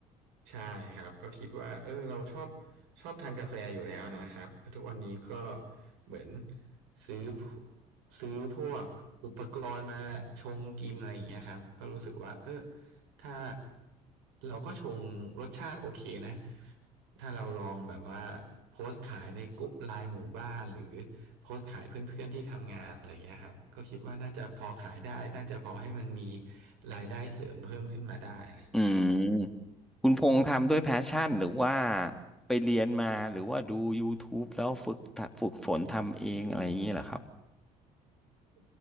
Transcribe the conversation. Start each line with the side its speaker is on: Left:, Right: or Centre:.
Right: ใช่ครับก็คิดว่าเออเราชอบชอบทานกาแฟอยู่แล้วนะครับแล้วทุกวันนี้ก็เหมือนซื้อซื้อพวกอุปกรณ์มาชงกินอะไรอย่างเงี้ยครับก็รู้สึกว่าเออถ้าเราก็ชงรสชาติโอเคนะถ้าเราลองแบบว่าโพสต์ขายในกลุ่มไลน์หมู่บ้านหรือโพสต์ขายเพื่อนๆที่ทำงานอะไรอย่างเงี้ยครับก็คิดว่าน่าจะพอขายได้น่าจะพอให้มันมีรายได้เสริมเพิ่มขึ้นมาได้อะไรอย่างเงี้ย
Centre: อืมคุณพงษ์ทำด้วยแพชชั่นหรือว่าไปเรียนมาหรือว่าดู YouTube แล้วฝึกทะฝึกฝนทำเองอะไรอย่างเงี้ยเหรอครับ
Right: อื